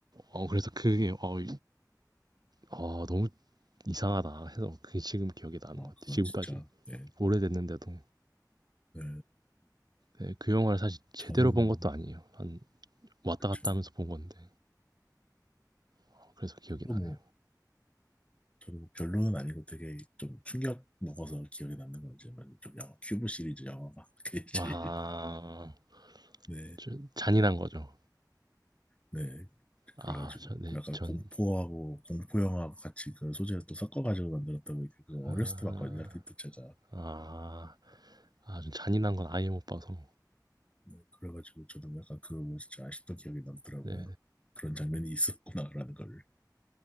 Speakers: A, on the right; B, on the left.
A: 어, 그래서 그게, 어, 어, 너무 이상하다 해서 그게 지금 기억이 나는
B: 어,
A: 것 같아.
B: 그건
A: 요 지금까지.
B: 진짜, 네.
A: 오래됐는데도.
B: 네.
A: 네, 그 영화를 사실 제대로
B: 저는
A: 본 것도 아니에요. 한 왔다 갔다
B: 저-
A: 하면서 본 건데. 어, 그래서 기억이
B: 저도
A: 나네요.
B: 뭐, 저도 뭐 별로는 아니고 되게 좀 충격 먹어서 기억에 남는 건 이제 뭐좀 영화, 큐브 시리즈 영화가 <laughs> 그게 제일,
A: 아,
B: 네,
A: 저- 잔인한 거죠.
B: 네.
A: 아,
B: 그래가지고
A: 저, 네,
B: 약간
A: 전,
B: 공포하고 공포 영화하고 같이 그 소재를 또 섞어가지고 만들었던 게 그거
A: 아,
B: 어렸을 때 봤거든요. 하필 또 제가.
A: 아, 아, 전 잔인한 건 아예 못 봐서.
B: 네, 그래가지고 저도 약간 그거 보고 진짜 아직도 기억에 남더라고요.
A: 네,
B: 그런 장면이 있었구나라는 걸